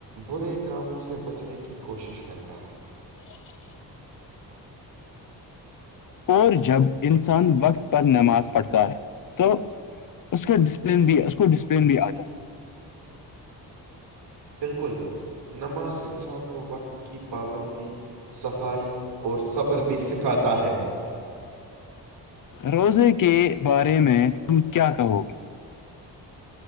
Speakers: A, on the right; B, on the left.
A: برے کاموں سے بچنے کی کوشش کرتا ہے
B: <inaudible> اور جب انسان وقت پر نماز پڑھتا ہے تو اس کا ڈسپلن بھی اس کو ڈسپلن بھی آ جاتا ہے
A: بالکل نماز انسان کو وقت کی پابندی صفائی اور صبر بھی سکھاتا ہے
B: روزے کے بارے میں تم کیا کہو گے